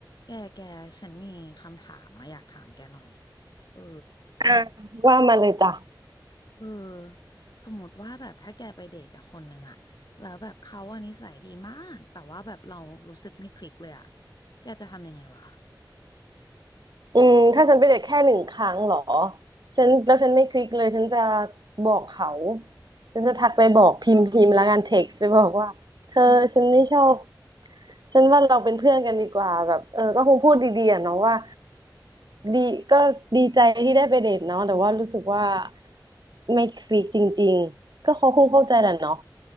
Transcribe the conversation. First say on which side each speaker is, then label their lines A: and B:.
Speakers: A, on the left (about 60°); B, on the right (about 65°).
A: แก แก ฉันมีคำถามอะอยากถามแกหน่อยเออ
B: อ่ะว่ามาเลยจ้ะ
A: เออสมมติว่าแบบถ้าแกไปเดทกับคนหนึ่งอะแล้วแบบเขาอะนิสัยดีมาก แต่ว่าแบบเรารู้สึกไม่คลิกเลยอะแกจะทำยังไงวะ
B: อืมถ้าฉันไปเดทแค่หนึ่งครั้งเหรอฉันแล้วฉันไม่คลิกเลยฉันจะบอกเขาฉันจะทักไปบอกพิมพ์พิมพ์แล้วกันเท็กซ์ไปบอกว่าเธอฉันไม่ชอบ
A: อืม
B: ฉันว่าเราเป็นเพื่อนกันดีกว่าแบบเออก็คงพูดดีๆอ่ะเนาะว่าดีก็ดีใจที่ได้ไปเดทเนาะแต่ว่ารู้สึกว่าไม่คลิกจริงๆก็เขาคงเข้าใจแหละเนาะ